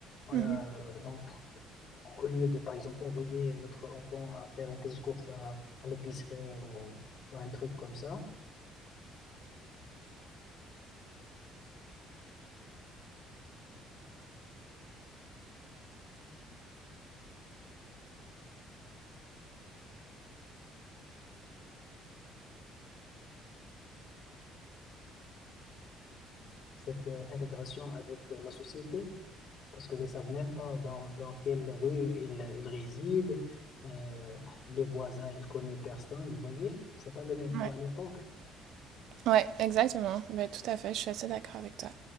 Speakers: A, on the left (about 45°); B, on the right (about 70°).
A: Euh,
B: Mhm.
A: donc, au lieu de, par exemple, envoyer notre enfant à faire une petite course à, à l'épicerie ou, ou un truc comme ça, cette euh, intégration avec euh, la société, parce qu'ils ne savent même pas dans, dans quelle rue ils, ils résident, euh, les voisins, ils ne connaissent personne, vous voyez, c'est pas le même cas
B: Ouais.
A: à l'époque.
B: Ouais, exactement. Mais tout à fait, je suis assez d'accord avec toi.